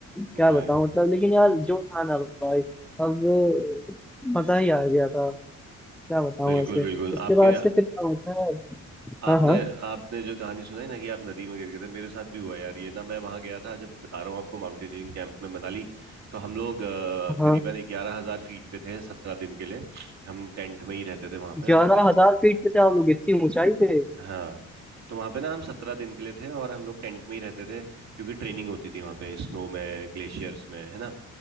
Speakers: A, in the centre; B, on the right.
A: क्या
B: मैं-
A: बताऊं मतलब लेकिन यार जो था ना भाई अब मजा ही आ गया था क्या बताऊं
B: बिल्कुल
A: ऐसे
B: बिल्कुल
A: उसके
B: आपके
A: बाद से फिर क्या होता है
B: आपने
A: हाँ हाँ
B: आपने जो कहानी सुनाई ना कि आप नदी में गिर गए थे मेरे साथ भी हुआ यार ये ना मैं वहां गया था जब बता रहा हूँ आपको माउंटेनियरिंग कैंप में मनाली तो हम लोग अ,
A: हाँ
B: करीबन ग्यारह हजार फीट पे थे सत्रह दिन के लिए हम टेंट में ही रहते थे वहां पे
A: ग्यारह
B: और ट्र-
A: हजार फीट पे थे आप लोग इतनी ऊंचाई पे
B: हाँ तो वहां पे ना हम सत्रह दिन के लिए थे और हम लोग टेंट में ही रहते थे क्योंकि ट्रेनिंग होती थी वहां पे स्नो में ग्लेशियर्स में है ना